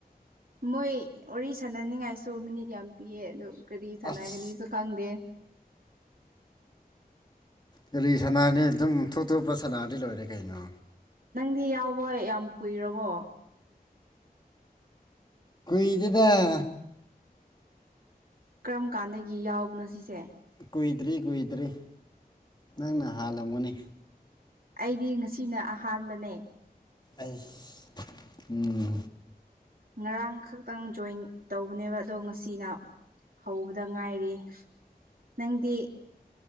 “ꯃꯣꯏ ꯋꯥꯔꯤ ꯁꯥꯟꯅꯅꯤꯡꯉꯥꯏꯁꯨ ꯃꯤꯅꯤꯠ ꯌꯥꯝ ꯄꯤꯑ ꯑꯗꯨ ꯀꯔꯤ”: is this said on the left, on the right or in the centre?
Right